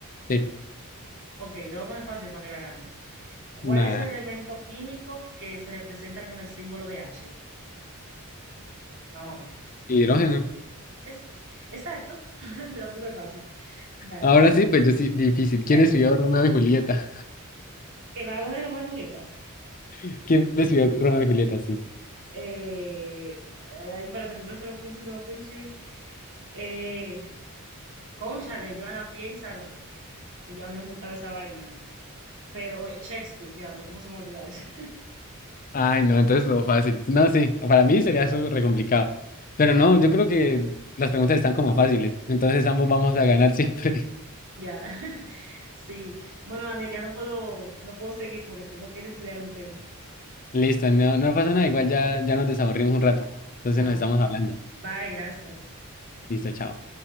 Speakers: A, on the left; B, on the right.
A: Sí,
B: Ok, te voy a poner fácil para que la gane. ¿Cuál
A: una
B: es el elemento químico que se representa con el símbolo de H? Vamos a ver,
A: hidrógeno.
B: piensa. Es, exacto, <laughs> te la puse fácil. Dale,
A: Ahora sí, pues yo sí, difícil.
B: ¿ya?
A: ¿Quién escribió Romeo y Julieta?
B: Que me hago de Romeo y Julieta.
A: <laughs> ¿Quién escribió Romeo y Julieta? Sí.
B: Eh, ay, espérate, tu me punching, se me fue un chin. Eh, cónchale, Joana, piénsalo. Que ya a mí no me gustaba esa vaina. Pero eh, Shakespeare, diablo, ¿cómo se me olvida eso? <laughs>
A: Ay, no, entonces todo fácil. No, sí, para mí sería eso re complicado. Pero no, yo creo que las preguntas están como fáciles, entonces ambos vamos a ganar siempre.
B: Ya, <laughs> sí. Bueno, Daniel, ya no puedo, no puedo seguir porque tengo que ir a estudiar un tema.
A: <laughs> Listo, no, no pasa nada, igual ya, ya nos desaburrimos un rato, entonces
B: Ah,
A: nos estamos hablando.
B: Bye, gracias.
A: Listo, chao.